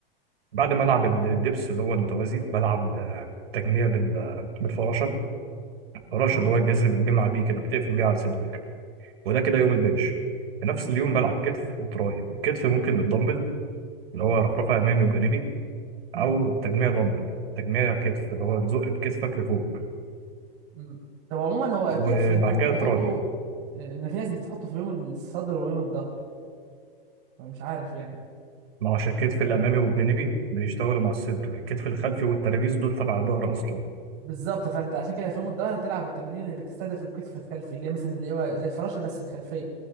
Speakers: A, on the right; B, on the right.
A: بعد
B: امم
A: ما ألعب ال- الدبس اللي هو المتوازي بلعب آه، تجميع بال- بالفراشة الفراشة
B: اه
A: اللي هو الجذر بتجمع بيه كده بتقفل بيه على صدرك وده كده يوم البنش في نفس اليوم بلعب كتف وتراي الكتف ممكن بالدمبل اللي هو رفرفه امامي وجانبي
B: امم
A: او تجميع دمبل تجميع كتف اللي هو تزق بكتفك لفوق
B: امم طب عموما هو
A: وبعد
B: كتف انت ممكن
A: كده
B: تحطه
A: تراي
B: ان في ناس بتحطه في يوم الصدر ويوم الظهر فمش عارف يعني
A: ما عشان الكتف الامامي والجانبي بيشتغلوا مع الصدر الكتف الخلفي والترابيز دول تبع الظهر اصلا
B: بالظبط فانت عشان كده في يوم الظهر تلعب التمارين اللي بتستهدف الكتف الخلفي اللي هي مثلا اللي هو زي الفراشه بس الخلفيه